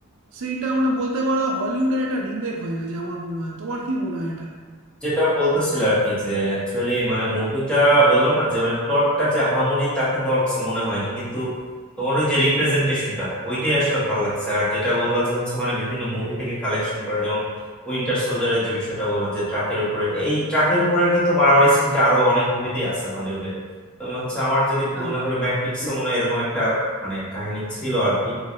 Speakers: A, on the right (about 65°); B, in the centre.
A: সেইটা মানে বলতে পারো হলিউডের একটা রিমেক হয়ে গেছে আমার মনে হয় তোমার কি মনে হয় এটা
B: যেটা বলতেছিল আর কি যে অ্যাকচুয়ালি মানে মুভিটা বললাম না যে মানে প্লটটা যে আহামরি তা কিন্তু আমার কাছে মনে হয়নি কিন্তু তোমার ওই যে রিপ্রেজেন্টেশনটা ওইটাই আসলে ভালো লাগছে আর যেটা বললা যে হচ্ছে মানে বিভিন্ন মুভি থেকে কালেকশন করা যেমন উইন্টার সোলজারের যে বিষয়টা বললা যে ট্রাকের উপরে এই ট্রাকের উপরে কিন্তু মারামারি সিনটা আরো অনেক মুভিতেই আছে হলিউডে তুমি হচ্ছে আমার যদি ভুল
A: হ্যাঁ
B: না করি ম্যাট্রিক্সও মনে হয় এরকম একটা মানে কাহিনী ছিল আর কি